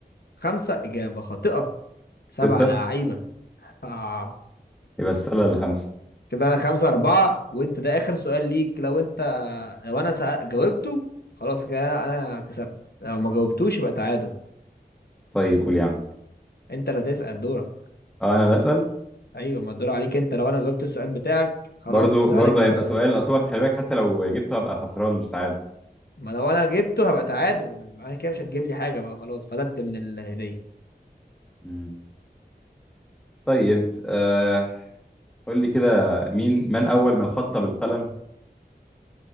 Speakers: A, on the left; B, in the centre.
A: خمسه اجابه خاطئه سبعه
B: ستة
A: لعيبه آه.
B: يبقى السلة اللي خمسة
A: كده انا خمسة أربعة وانت ده آخر سؤال ليك لو انت لو انا سأ... جاوبته خلاص كده انا كسبت لو ما جاوبتوش يبقى تعادل
B: طيب قول يا عم
A: انت اللي هتسأل دورك
B: اه انا بسأل
A: ايوه ما الدور عليك انت لو انا جاوبت السؤال بتاعك خلاص
B: برضو
A: كده
B: برضو
A: انا كسبت
B: هيبقى سؤال اصل هو خلي بالك حتى لو جبته هبقى خسران مش تعادل
A: ما لو انا جبته هبقى تعادل يبقى كده مش هتجيب لي حاجة بقى خلاص فلت من الهدية
B: مم. طيب آه قول لي كده مين من اول من خط بالقلم